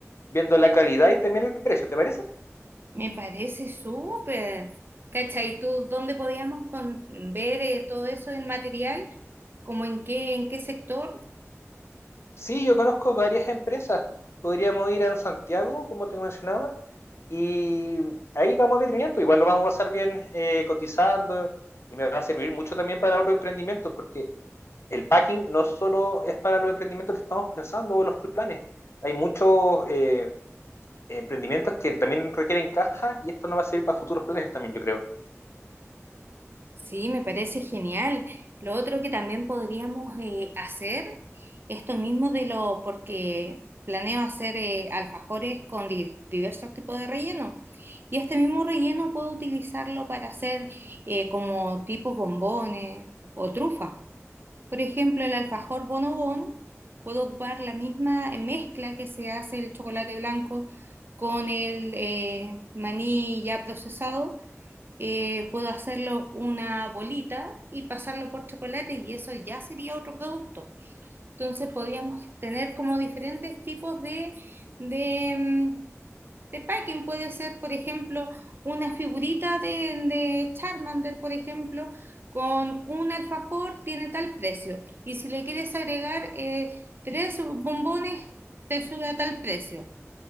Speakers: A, on the left (about 55°); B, on the right (about 45°).
A: viendo la calidad y también el precio, ¿te parece?
B: Me parece súper. ¿Cachai? ¿Tú dónde podíamos con- ver eh, todo eso en material? ¿Cómo en qué, en qué sector?
A: Sí, yo conozco varias empresas. Podríamos ir a Santiago, como te mencionaba, y ahí vamos a vitrinear, pues igual lo vamos a pasar bien eh, cotizando y me va a servir mucho también para otro emprendimiento, porque el packing no solo es para los emprendimientos que estamos pensando o los planes. Hay muchos eh, emprendimientos que también requieren cajas y esto no va a servir para futuros planes también, yo creo.
B: Sí, me parece genial. Lo otro que también podríamos eh, hacer, esto mismo de lo, porque planeo hacer eh, alfajores con di- diversos tipos de relleno. Y este mismo relleno puedo utilizarlo para hacer eh, como tipo bombones o trufa. Por ejemplo, el alfajor bonobón, puedo ocupar la misma mezcla que se hace el chocolate blanco con el eh, maní ya procesado Eh, puedo hacerlo una bolita y pasarlo por chocolate y eso ya sería otro producto. Entonces podríamos tener como diferentes tipos de, de, mm, de packing. Puede ser, por ejemplo, una figurita de, de Charmander, por ejemplo, con un alfajor tiene tal precio. Y si le quieres agregar eh, tres bombones, te sube a tal precio.